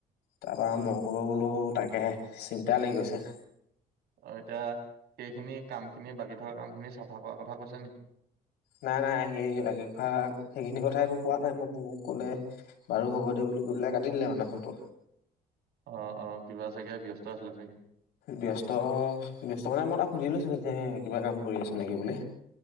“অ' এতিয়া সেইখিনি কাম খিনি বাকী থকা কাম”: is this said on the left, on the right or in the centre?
Right